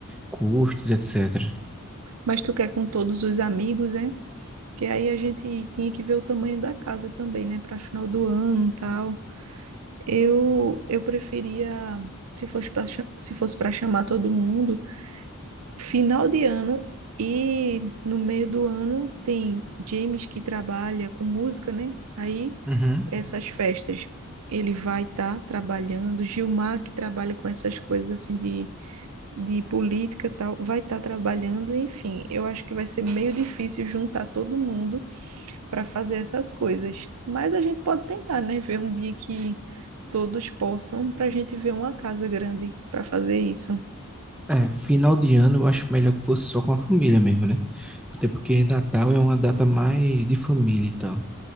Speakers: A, in the centre; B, on the right.
A: custos, etc.
B: Mas tu quer com todos os amigos, é? Porque aí a gente tinha que ver o tamanho da casa também, né? Para final do ano, e tal. Eu eu preferia, se fosse para se fosse para chamar todo mundo, final de ano e no meio do ano tem James que trabalha com música, né? Aí
A: Uhum.
B: essas festas ele vai estar trabalhando, Gilmar que trabalha com essas coisas assim de de política tal, vai estar trabalhando, enfim, eu acho que vai ser meio difícil juntar todo mundo para fazer essas coisas. Mas a gente pode tentar, né? Ver um dia que todos possam, para a gente ver uma casa grande para fazer isso.
A: É, final de ano eu acho melhor que fosse só com a família mesmo, né? Até porque Natal é uma data mais de família e tal.